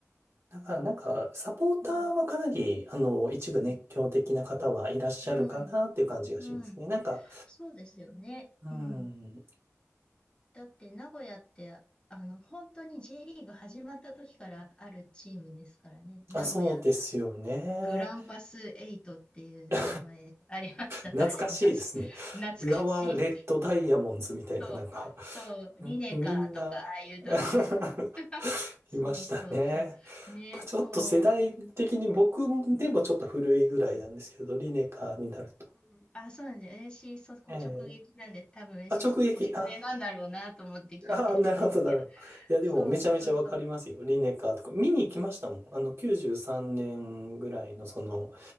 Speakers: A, on the right; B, on the left.
A: ー、だからなんか、サポーターはかなり、
B: うん、
A: あの、一部熱狂的な方はいらっしゃるかなっていう感じがしますね。
B: うん、うん、うん、
A: なんか、
B: そうですよね。
A: うん。
B: うん。だって名古屋って、あの、本当に J リーグ始まった時からあるチームですからね。名古屋
A: あ、そうですよね。
B: グランパスエイトっていう名前でありましたからね、
A: <laughs> 懐かしいですね。
B: 昔。懐かしい。
A: 浦和レッドダイヤモンズみたいな、
B: そう、
A: なんか、
B: そう、リネカーとか、
A: みんな
B: ああいう時。
A: <laughs>
B: <laughs> そうそうそう。
A: いましたね。
B: ね、
A: ちょっと世代的に僕でもちょっと古いぐらいなんですけど、
B: そ
A: リネカーになると。
B: う。うんあ、そうなんで、私、そこ直撃なんで、
A: ええ
B: 多分私、
A: あ、直撃。
B: 年上なんだろうなと思って聞いてるんですけど。
A: あ、あ、なるほど、なるほど。いや、でもめちゃめちゃわかりますよ。
B: そうそうそう。
A: リネカーとか。見に行きましたもん。あの、93年ぐらいのその、